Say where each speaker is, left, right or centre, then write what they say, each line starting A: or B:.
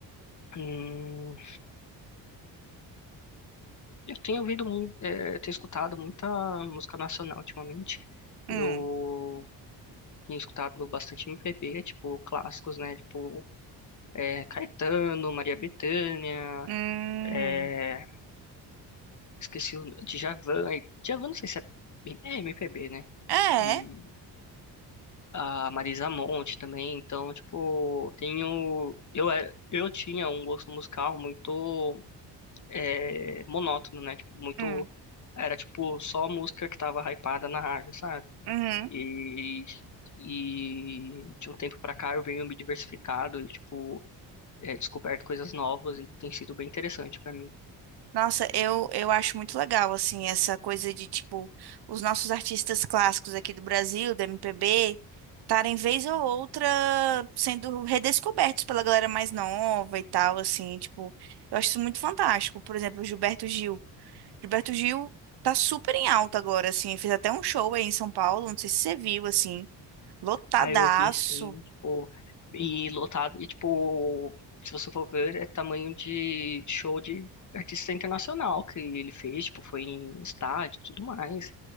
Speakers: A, on the left; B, on the right.
A: Hum, eu tenho ouvido muito, eh, tenho escutado muita música nacional ultimamente. Eu
B: Hum.
A: tenho escutado bastante MPB, tipo, clássicos, né? Tipo, é, Caetano, Maria Bethânia,
B: Hum.
A: É, esqueci o Djavan. e- Djavan não sei se é, é MPB, né?
B: É.
A: E a Marisa Monte também. Então, tipo, tenho. Eu, era- eu tinha um gosto musical muito é, monótono, né? Tipo, muito.
B: Hum.
A: Era tipo só música que tava hypada na rádio, sabe?
B: Uhum.
A: E, e de um tempo pra cá eu venho me diversificado e, tipo, é, descoberto coisas novas e tem sido bem interessante pra mim.
B: Nossa, eu, eu acho muito legal, assim, essa coisa de, tipo, os nossos artistas clássicos aqui do Brasil, da MPB, estarem vez ou outra sendo redescobertos pela galera mais nova e tal, assim, tipo, eu acho isso muito fantástico. Por exemplo, o Gilberto Gil. Gilberto Gil tá super em alta agora, assim, fez até um show aí em São Paulo, não sei se você viu, assim, lotadaço.
A: Aí eu vi sim, tipo, e lotado, e tipo, se você for ver, é tamanho de show de artista internacional que ele fez, tipo, foi em estádio e tudo mais.